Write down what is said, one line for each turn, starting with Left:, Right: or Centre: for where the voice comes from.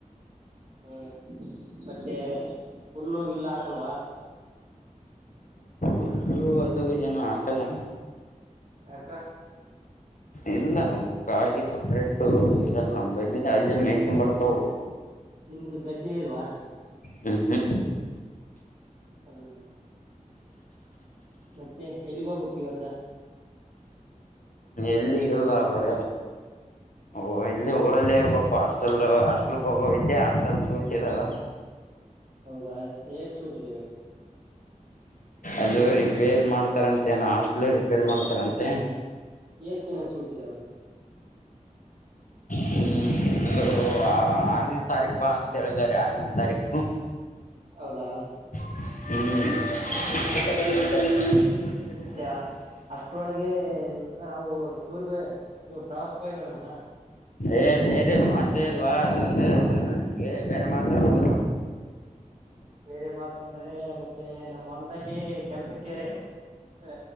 Right: ಹ್ಮ್ ಮತ್ತೆ ಹುಲ್ಲೋಗಿಲ್ಲ ಹಾಕಲ್ವಾ
Left: ಒಲ್ಲೂ ಅದು ಏನು ಹಾಕಲ್ಲ
Right: ಅಕ್ಕ
Left: ಇಲ್ಲ ಕಾಗಿಿ ಸಪ್ರೇಟ್ ಇರಲ್ಲ ನದ ಅಲ್ಲ ಮೇೇಕ ತ ಬರ್ತವು
Right: ನಿಮ್ದ ಗದ್ದೆ ಅಲ್ವಾ
Left: ಹ್ಮ್ ಹ್ಮ್
Right: ಹೌದಾ ಮತ್ತೆ ಎಲ್ಲಿಗ ಹೋಗ್ಬೇಕು ಇವತ್ತ
Left: ಇಲ್ಲಿಗೆಲ್ಲ ಬರ ಓ ಇಲ್ಲಿ ಊರಲ್ಲೇ ಇರ್ಬೇಕು ಹಾಸ್ಟೆಲ್ ಹಾಸ್ಟೆಲ್ಕ್ ಹೋಗೋವಿದ್ಯಾ ಹಾಸ್ಟೆಲ್ ಸೂಟ್ ಇದಾವ
Right: <inaudible> ಹೌದಾ ಹಏಕ್ ಸೂಟ್್ದೇವೆ
Left: ಅದು ರಿಪೇರ್ ಮಾಡ್ತಾರಂತೆಏನ ಹಾಸ್ಟ್ಲ್ ರಿಪೇರ್ ಮಾಡ್ತಾರಂತೆ
Right: ಎಷ್ಟ ತಿಿನಕ್ಕೆ ಸೂಟ್ಟಿದಾವ <inaudible>
Left: ಹ್ಮ್ ಒಂದು ಆರನೇ ತಾರೀಕು ಬಾ ಅಂತ ಹೇಳಿದಿದ್ದಾರೆ ಆರನೇ ತಾರೀಕು
Right: ಹೌದಾ
Left: ಹ್ಮ್ಟಟ್ಟ
Right: ಹ್ಮ್ ಹ್ಮ್ ಮತ್ತೆ ಅಷ್ಟ್ರೊಳಗೆ ನಾವು ಟೂರ್ಗೆ ಇದು ಪ್ರವಾಸಗೋಗ ಬರೋಣವಾ
Left: ಏ್ ಬೇರೆ ಮಾತ ಇಲ್ವಾ ಅದಂದ ಅ ನ ನಿನ್ಗೆ ಬೇರೆ ಮಾತಾಡ್ರು
Right: ಬೇರೆ ಮಾತು ಅಂದ್ರೆ ಮತ್ತೆ ನಮ್ಮ ಹೊೊಲದಲ್ಲಿ ಕೆಲ್ಸಕ್ಕೆ ಹ